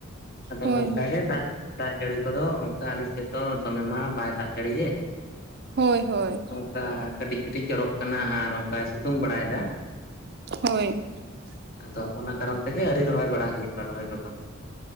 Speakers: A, on the left; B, on the right.
A: ᱟᱫᱚ
B: ᱦᱳᱭ
A: ᱚᱱᱠᱟ
B: ᱦᱳᱭ
A: ᱜᱮ ᱫᱟᱜ ᱫᱟᱜ ᱡᱟᱹᱲᱤ ᱠᱚᱫᱚ ᱚᱱᱠᱟ ᱟᱹᱞᱤᱧ ᱥᱮᱫ ᱫᱚ ᱫᱚᱢᱮ ᱢᱟ ᱵᱟᱭ ᱫᱟᱜ ᱡᱟᱹᱲᱤ ᱭᱮᱫ
B: ᱦᱳᱭ ᱦᱳᱭ
A: ᱚᱱᱠᱟ ᱠᱟᱹᱴᱤᱡ ᱠᱟᱹᱴᱤᱡ ᱡᱚᱨᱚᱜ ᱠᱟᱱᱟ ᱟᱨ ᱚᱱᱠᱟᱭ ᱥᱤᱛᱩᱝ ᱵᱟᱲᱟᱭ‌ ᱫᱟ
B: ᱦᱳᱭ
A: ᱟᱫᱚ ᱚᱱᱟ ᱠᱟᱨᱚᱱ ᱛᱮᱜᱮ ᱟᱹᱣᱨᱤ ᱨᱚᱦᱚᱭ ᱵᱟᱲ ᱦᱩᱭᱩᱜᱼᱟ ᱨᱚᱦᱚᱭ ᱠᱚᱫᱚ